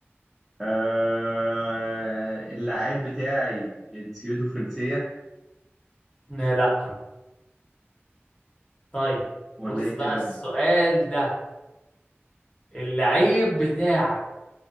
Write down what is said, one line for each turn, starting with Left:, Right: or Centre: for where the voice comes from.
Centre: آه... اللاعب بتاعي جنسيته فرنسيه
Left: لا لا. طيب
Centre: ولا
Left: بص
Centre: ايه الكلام
Left: بقى السؤال ده اللعيب بتاعك